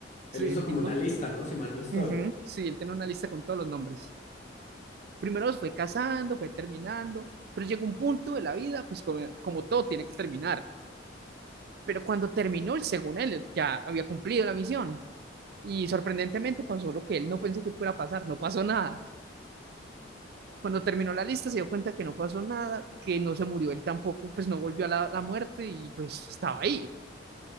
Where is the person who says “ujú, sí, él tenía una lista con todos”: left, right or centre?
Right